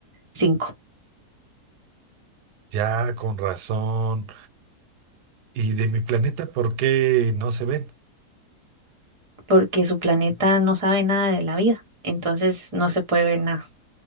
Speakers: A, on the right; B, on the right.
A: 5,
B: Ya, con razón. ¿Y de mi planeta por qué no se ven?
A: porque su planeta no sabe nada de la vida, entonces no se puede ver nada.